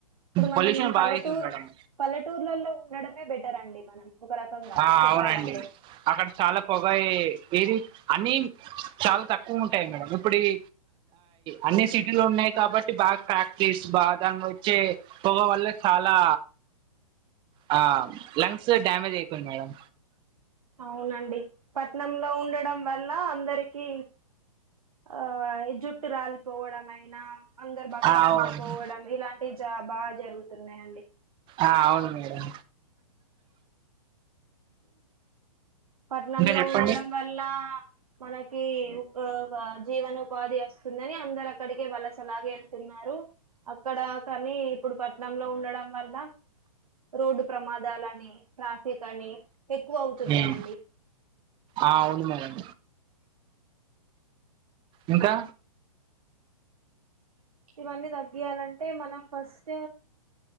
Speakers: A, on the right; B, on the right.
A: ఇప్పుడు మనం
B: పొల్యూషన్
A: పల్లెటూరు
B: బాగా అవుతుంది మేడం
A: పల్లెటూర్లలో ఉండడమే బెటర్ అండి. మనం ఒక రకంగా
B: ఆ
A: చెప్పాలంటే
B: అవునండి అక్కడ చాలా పొగయ్ ఏది అన్ని చాలా తక్కువుటయ్ మేడం. ఇప్పుడు ఈ అన్ని సిటీలు ఉన్నాయి కాబట్టి బాగా ఫ్యాక్టరీస్ బా దాన్లో వచ్చే పొగ వల్ల చాలా హా లంగ్స్ హు డ్యామేజ్ అయి తయి మేడం
A: అవునండి పట్నంలో ఉండడం వల్ల అందరికి ఆ జుట్టు రాలిపోవడం అయినా అందరు బక్క
B: ఆ అవును
A: చిక్కి పోవడం ఇలాంటివి చ బాజరుగుతున్నాయండి.
B: ఆ అవును మేడం
A: పట్నంలో
B: ఇంకా చెప్పండి
A: ఉండడం వల్ల మనకి ఆ జీవనోపాధి వస్తుందని అందరు అక్కడికే వాళ్ళసలాగ వెళ్తున్నారు అక్కడ కానీ ఇప్పుడు పట్నంలో ఉండడం వల్ల రోడ్డు ప్రమాదాల అని ట్రాఫిక్ అని ఎక్కువ అవుతున్నాయండి
B: ఉమ్. ఆ అవును మేడం ఇంకా
A: ఇవన్నీ తగ్గియాలంటే మనం ఫస్ట్